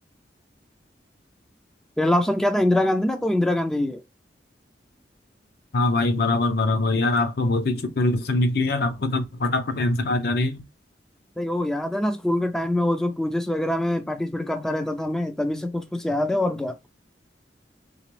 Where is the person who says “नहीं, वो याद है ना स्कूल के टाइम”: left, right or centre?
Centre